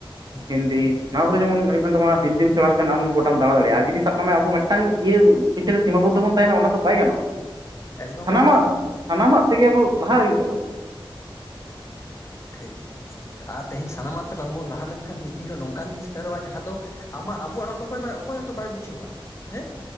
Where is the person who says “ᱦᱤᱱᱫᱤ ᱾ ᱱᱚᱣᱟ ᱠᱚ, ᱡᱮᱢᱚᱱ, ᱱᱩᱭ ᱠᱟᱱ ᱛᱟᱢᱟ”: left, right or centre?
Right